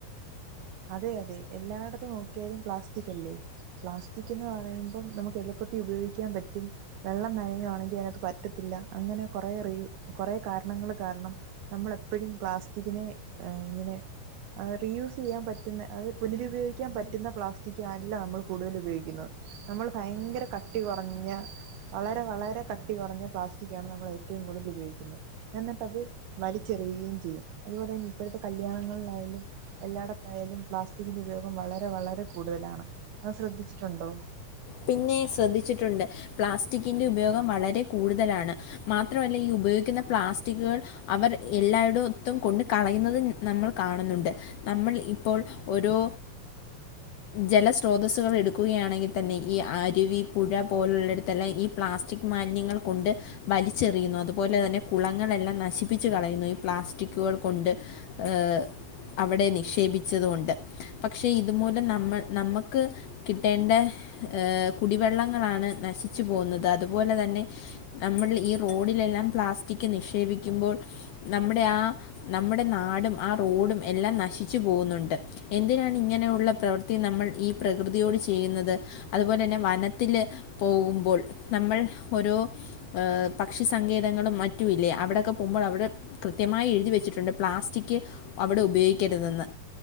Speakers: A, on the right (about 85°); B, on the left (about 80°).
A: അതെ അതെ എല്ലായിടത്തും നോക്കിയാലും പ്ലാസ്റ്റിക് അല്ലേ പ്ലാസ്റ്റിക് എന്ന് പറയുമ്പോം നമുക്ക് എളുപ്പത്തി ഉപയോഗിക്കാൻ പറ്റും വെള്ളം നനയുവാണെങ്കിൽ അതിനകത്ത് പറ്റത്തില്ല അങ്ങനെ കുറെ റീ കുറെ കാരണങ്ങൾ കാരണം നമ്മളപ്പോഴും പ്ലാസ്റ്റിക്കിനെ ഇങ്ങനെ റീ യൂസ് ചെയ്യാൻ പറ്റുന്ന അതായത് പുനരുപയോഗിക്കാൻ പറ്റുന്ന പ്ലാസ്റ്റിക് അല്ല നമ്മൾ കൂടുതൽ ഉപയോഗിക്കുന്നത് നമ്മൾ ഭയങ്കര കട്ടി കുറഞ്ഞ വളരെ വളരെ കട്ടി കുറഞ്ഞ പ്ലാസ്റ്റിക് ആണ് നമ്മൾ ഏറ്റവും കൂടുതൽ ഉപയോഗിക്കുന്നത് എന്നിട്ടത് വലിച്ചെറിയുകയും ചെയ്യും അതുപോലെ തന്നെ ഇപ്പോഴത്തെ കല്യാണങ്ങളിലായാലും എല്ലായിടത്തായാലും പ്ലാസ്റ്റിക്കിൻ്റെ ഉപയോഗം വളരെ വളരെ കൂടുതലാണ് അങ് ശ്രദ്ധിച്ചിട്ടുണ്ടോ
B: പിന്നെ ശ്രദ്ധിച്ചിട്ടുണ്ട് പ്ലാസ്റ്റിക്കിന്റെ ഉപയോഗം വളരെ കൂടുതലാണ് മാത്രമല്ല ഈ ഉപയോഗിക്കുന്ന പ്ലാസ്റ്റിക്കുകൾ അവർ എല്ലായിടത്തും കൊണ്ട് കളയുന്നുന്നത് നമ്മൾ കാണുന്നുണ്ട് നമ്മൾ ഇപ്പോൾ ഓരോ ജലസ്രോതസ്സുകൾ എടുക്കുകയാണെങ്കിൽ തന്നെ ഈ അരുവി പുഴ പോലുള്ള ഇടത്തെല്ലാം ഈ പ്ലാസ്റ്റിക് മാലിന്യങ്ങൾ കൊണ്ട് വലിച്ചെറിയുന്നു അതുപോലെ തന്നെ കുളങ്ങളെല്ലാം നശിപ്പിച്ച് കളയുന്നു ഈ പ്ലാസ്റ്റിക്കുകൾ കൊണ്ട് ഏഹ് അവിടെ നിക്ഷേപിച്ചത് കൊണ്ട് പക്ഷെ ഇതുമൂലം നമ്മ നമ്മക്ക് കിട്ടേണ്ട ഏഹ് കുടിവെള്ളങ്ങളാണ് നശിച്ചു പോകുന്നത് അതുപോലെ തന്നെ നമ്മൾ ഈ റോഡിലെല്ലാം പ്ലാസ്റ്റിക് നിക്ഷേപിക്കുമ്പോൾ നമ്മുടെ ആഹ് നമ്മുടെ നാടും ആഹ് റോഡും എല്ലാം നശിച്ചു പോകുന്നുണ്ട് എന്തിനാണ് ഇങ്ങനെയുള്ള പ്രവർ ത്തി നമ്മൾ ഈ പ്രകൃതിയോട് ചെയ്യുന്നത് അതുപോലെന്നെ വനത്തില് പോകുമ്പോൾ നമ്മൾ ഓരോ പക്ഷിസങ്കേതങ്ങളും മറ്റുമില്ലേ അവിടെയൊക്കെ പോകുമ്പോൾ അവിടെ കൃത്യമായി എഴുതി വെച്ചിട്ടുണ്ട് പ്ലാസ്റ്റിക് അവിടെ ഉപയോഗിക്കരുതെന്ന്